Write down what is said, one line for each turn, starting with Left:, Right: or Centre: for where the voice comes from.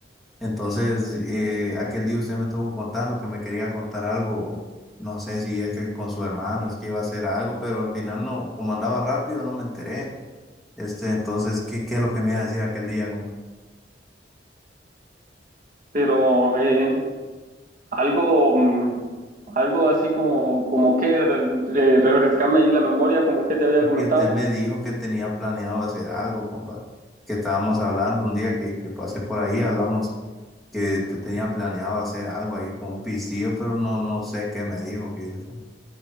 Centre: Entonces, eh, aquel día usted me estuvo contando que me quería contar algo, no sé si es que con su hermano, es que iba a hacer algo, pero al final no, como andaba rápido, no me enteré. Este, entonces, ¿qué, qué es lo que me iba a decir aquel día, compa?
Right: pero eh, algo, mm, algo así como, como que re- eh, refrescame ahí la memoria, como que te había
Centre: Y
Right: comentado.
Centre: que usted me dijo que tenía planeado hacer algo, compa, que estábamos hablando un día que, que pasé por ahí, hablamos que te tenía planeado hacer algo ahí con un pistillo, pero no, no sé qué me dijo, fíjese, compa.